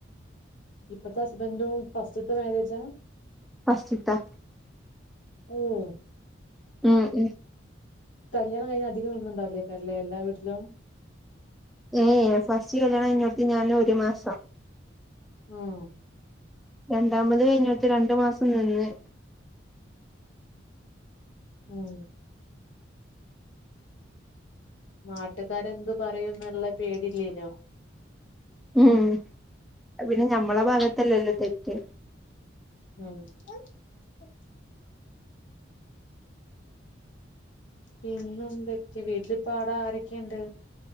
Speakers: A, on the left; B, in the centre.
A: ഇപ്പത്തെ ഹസ്ബൻഡും ഫസ്റ്റ്ത്തെ മാര്യേജ
B: ഫസ്റ്റ്ത്ത
A: ഊം
B: ഉം ഉം
A: കല്യാണം കഴിഞ്ഞ് അധികം നിന്ന്ണ്ടാവ് ലേക്കാരല്ലേ എല്ലാ വീട്ടിലും
B: ഏയേ ഫസ്റ്റ് കല്യാണം കഴിഞ്ഞോട്ത്ത് ഞാന് ഒരു മാസം
A: ഉം
B: രണ്ടാമത് കഴിഞ്ഞോട്ത്ത് രണ്ടു മാസം നിന്ന്
A: ഉം നാട്ടുകാരെന്ത് പറയും ന്ന്ള്ള പേടില്ലേനോ?
B: ഉം ഉം അത് പിന്നെ ഞമ്മള ഭാഗത്തല്ലല്ലോ തെറ്റ്.
A: ഉം അ പിന്നെ എന്തൊക്കെ? വീട്ടിലിപ്പ അവട ആരൊക്കെണ്ട്?